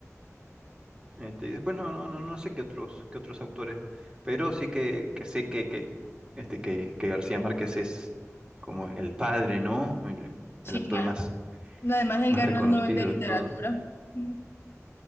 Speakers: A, on the right; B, on the left.
A: Este, y después no, no, no, no sé qué otros, qué otros autores, pero sí que, que sé que, que, este, que, que García Márquez es como el padre, ¿no? El,
B: sí,
A: el autor
B: claro.
A: más
B: Además, él
A: más
B: ganó
A: reconocido
B: el Nobel de Literatura.
A: y todo.
B: Mm,